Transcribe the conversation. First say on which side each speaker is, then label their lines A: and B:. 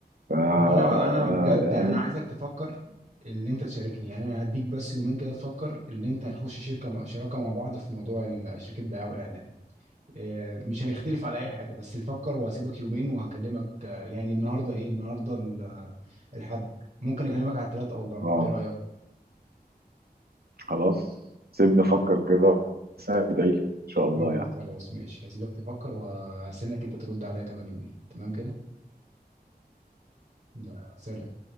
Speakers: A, on the right; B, on the right.
A: ف آه،
B: طب انا انا بجد
A: يعني
B: انا عايزك تفكر اللي انت تشاركني يعني انا هديك بس يومين كده تفكر اللي انت نخش شركه مع- شراكه مع بعض في موضوع ال- شركه دعايه واعلان آه، مش هنختلف على اي حاجه بس نفكر وهسيبك يومين وهكلمك آه، يعني النهارده ايه النهارده ال- آه، الحد ممكن اكلمك على الثلاث او الاربع
A: اه
B: ايه رايك
A: خلاص سيبني افكر كده بس ادعي لي ان شاء الله
B: خل-
A: يعني
B: خلاص ماشي هسيبك تفكر وهستناك انت ترد عليا كمان يومين تمام كده يلا، سلام